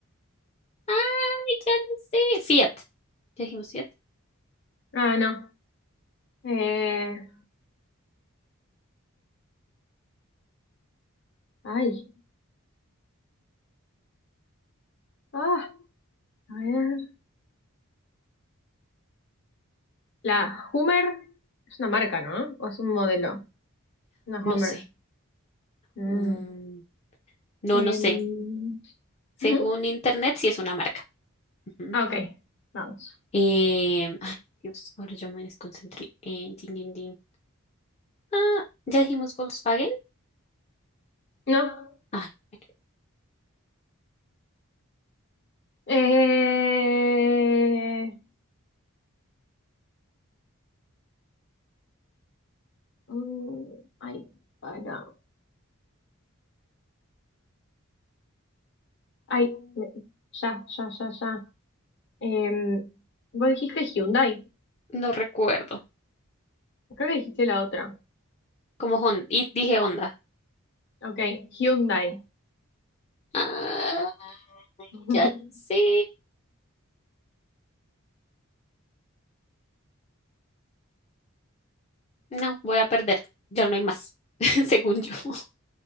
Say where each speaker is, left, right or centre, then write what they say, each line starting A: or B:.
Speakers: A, on the left; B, on the left.
A: Ay, ya no sé. Fiat. ¿Ya dijimos Fiat?
B: Ah, no. Eh, ay, ah, a ver. La Hummer es una marca, ¿no? ¿O es un modelo? Una Hummer.
A: No sé.
B: Mm.
A: Mm, no,
B: Em,
A: no sé. Según
B: ujú.
A: internet, sí es una marca. Ujú.
B: Ah, Ok, vamos.
A: Em, ay, Dios, ahora yo me desconcentré. en din, din, din. Ah, ¿ya dijimos Volkswagen?
B: No.
A: Ay, bueno,
B: Eh, mm, ay, para. Ay, me- ya, ya, ya, ya. Em, vos dijiste Hyundai.
A: no recuerdo.
B: Creo que dijiste la otra.
A: Como Honda. Y dije Honda.
B: Ok, Hyundai.
A: Ay,
B: <laughs>
A: ya no sé. No, voy a perder. Ya no hay más, <laughs> según yo. <laughs>